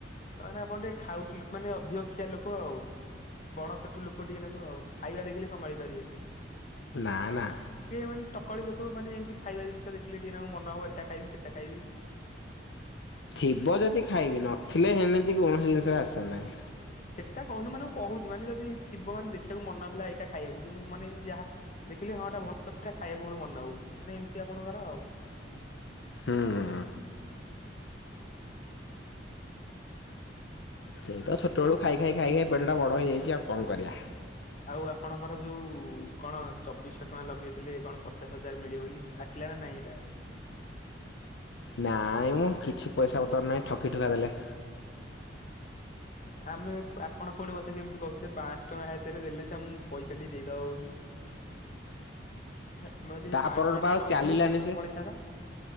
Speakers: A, on the left (about 40°); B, on the left (about 75°).
A: ମାନେ ଆପଣ ଟିକେ ଖାଉଟି ମାନେ ଅଧିକ ଖିଆ ଲୋକ ଆଉ। ବଡ ପେଟୁ ଲୋକ ଟିକେ ନାକୁ ଆଉ ଖାଇବା ଦେଖିଲେ ସମ୍ଭାଳି ପାରିବେନି।
B: ନା ନା।
A: ଟିକେ ମାନେ ତକଳି ଲୋକା ମାନେ ଯେମିତି ଖାଇବା ଜିନିଷ ଦେଖିଲେ ଟିକେନକ ମନ ହବ ଏଇଟା ଖାଇବି ସେଇଟା ଖାଇବି।
B: ଥିବ ଯଦି ଖାଇବି ନଥିଲେ ହେମିତି କୌଣସି ଜିନିଷରେ ଆଶା ନାହିଁ।
A: ସେଇଟା କହୁନି ମାନେ ମୁଁ କହୁଛି ମାନେ ଯଦି ଥିବ ମାନେ ଦେଖିବାକୁ ମନ ହେଲା ଏଇଟା ଖାଇବାକୁ କିନ୍ତୁ ମାନେ ଯାହା ଦେଖିଲି ହଁ ଏଇଟା ଭଲ ଖାଇବାକୁ ମୋର ମନ ହଉଛି ମାନେ ଏମିତି ଆପଣଙ୍କର ଆଉ।
B: ହୁଁ
A: ହୁଁ।
B: ସେଇ ତ ଛୋଟବେଳୁ ଖାଇ ଖାଇ ଖାଇ ଖାଇ ପେଟଟା ବଡ ହେଇଯାଇଛି ଆଉ କଣ କରିଆ।
A: ଆଉ ଆପଣଙ୍କର ଯୋଉ କଣ ଚବିଶଶହ ଟଙ୍କା ଲଗେଇଥିଲେ କଣ ପଚାଶ ହଜାର ମିଳିବ ବୋଲି? ଆସିଲ ନା ନାଇଁ ହେଇଟା ଆଉ।
B: ନାଇଁ ମ କିଛି ପଇସା ପତ୍ର ନାହିଁ ଠକି ଠୁକା ଦେଲେ।
A: <unintelligible> ଆମେ ଆପଣ ପୁଣି ମତେ କେମିତି କହୁଥିଲେ ପାଞ୍ଚଶହ ଟଙ୍କା ହାତରେ ଦେଲେ ସେ ଆମକୁ ପଇସା ଟିକେ ଦେଇଦବ ବୋଲି। ଆମେ ଯଦି
B: ତା
A: ହେଇ ପାଞ୍ଚଶହ
B: ପରଠୁ
A: ଟଙ୍କ
B: ପା
A: ଟା
B: ଆଉ
A: ବି ଲଗେଇଥାନ୍ତେ
B: ଚାଲିଲାନି
A: ସିଏ ବି ତ
B: ସେ।
A: ପଳେଇଥାନ୍ତା।